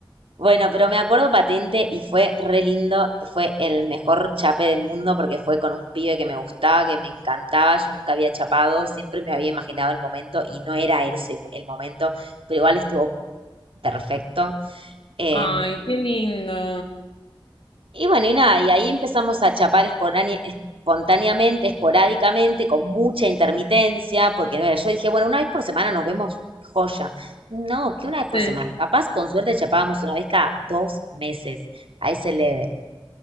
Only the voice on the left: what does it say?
Ay, qué lindo.
Sí.